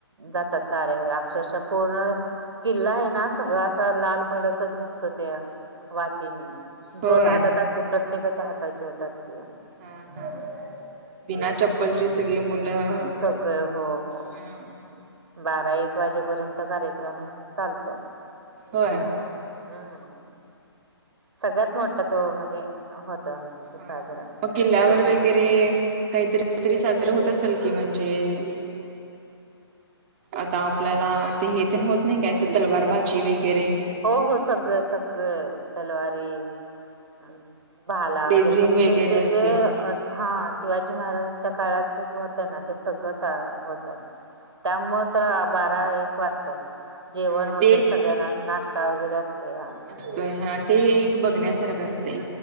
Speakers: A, on the right; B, on the right.
A: जातात तारेवर. अक्षरश पूर्ण किल्ला आहे ना सगळां असा लाल भडकच दिसतो. त्या वातीने.
B: होय.
A: ज्योत हातात असते. प्रत्येकाच्या हातात ज्योत असतेया.
B: हा हा. बिना चप्पलचे सगळे मुलं
A: क हो हो.
B: हा.
A: बारा एक वाजेपर्यंत कार्यक्रम चालतो.
B: होय?
A: हं. सगळ्यात मोठा तो म्हणजे होत आमच्या इथं
B: हा.
A: साजरा.
B: मग किल्ल्यावर
A: एकोणीस
B: वगैरे
A: फेब्रुवारी.
B: काहीतरी तरी साजरं होत असेल की. म्हणजे आता आपल्याला ते हे तेन होत नाही काय असं तलवारबाजी वगैरे?
A: हो हो सगळं सगळं. तलवारी अं भाला
B: लेझिम
A: वगैरे. म्हणजे
B: वगैरे
A: ते जे
B: असते
A: जे अस हा शिवाजी महाराजांच्या काळात होतं ना, ते सगळंच होतात. त्यामुळ तर बारा एक वाजतात. जेवण
B: हा
A: वगैरे
B: ते
A: सगळ्यांना. नाश्ता वगैरे असत या.
B: असतोय. हा ते एक बघण्यासारखं असते.